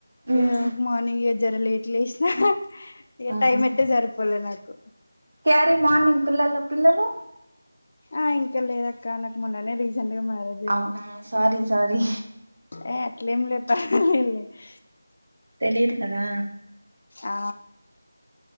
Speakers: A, on the right; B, on the left.
A: ఉమ్
B: ఇక మార్నింగ్ జర లేట్ లేసిన ఇక
A: ఆహా
B: టైమ్ ఎట్టే సరి పోలే నాకు
A: క్యారీ మార్నింగ్ పిల్లలు పిల్లలు
B: ఆ ఇంకా లేదక్క నాకు మొన్ననే రీసెంట్ గా మ్యారేజ్ అయింది
A: అవునా సారీ సారీ
B: ఏ అట్లేం లేదు <inaudible>
A: తెలియదు కదా
B: ఆ